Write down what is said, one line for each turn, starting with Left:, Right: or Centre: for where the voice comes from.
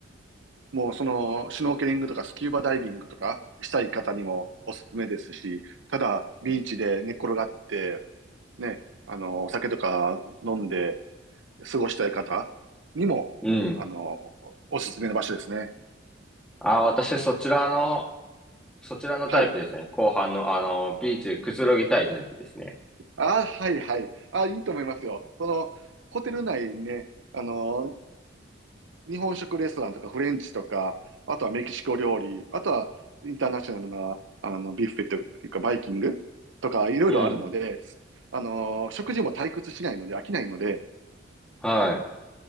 Right: もうその、シュノーケリングとかスキューバダイビングとかしたい方にもおすすめですし、ただ、ビーチで寝っ転がって、ね、あの、お酒とか飲んで過ごしたい方にも、
Centre: い。うん。
Right: あの、おすすめの場所ですね。
Centre: ああ、私そちらのそちらのタイプですね。
Right: はい。
Centre: 後半の、あの、ビーチでくつろぎたいタイプですね。
Right: あ、はい、はい。あ、いいと思いますよ。その、ホテル内ね、あの日本食レストランとかフレンチとか、あとはメキシコ料理、あとはインターナショナルな、あの、ビュッフェというかバイキングとかいろいろあるので、
Centre: うん。
Right: あのー食事も退屈しないので飽きないので、
Centre: はい。